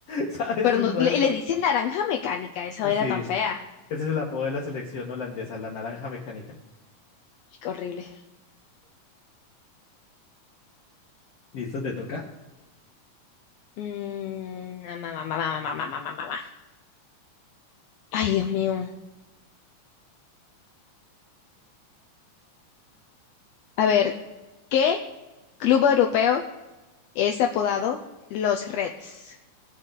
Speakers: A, on the left (about 60°); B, on the left (about 75°).
A: ¿Sabes
B: Pero
A: de
B: no-
A: un resto?
B: le, le dicen naranja mecánica, esa
A: Así
B: era tan
A: es.
B: fea.
A: Ese es el apodo de la selección holandesa, la naranja mecánica.
B: Qué horrible.
A: ¿Listo? ¿Te toca?
B: Mm, ah, ma, ma, ma, ma, ma, ma, ma, ma, ma, ma. Ay, Dios mío. A ver, ¿qué club europeo es apodado los Reds?